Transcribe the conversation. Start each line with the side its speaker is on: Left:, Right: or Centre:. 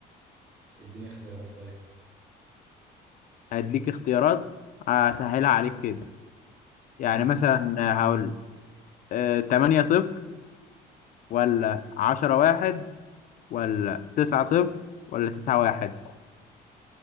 Right: اديني اختيارات طيب
Left: هديك اختيارات اسهلها عليك كده يعني
Right: امم
Left: مثلا هقول 8 صفر ولا 10 واحد ولا 9 صفر ولا 9 واحد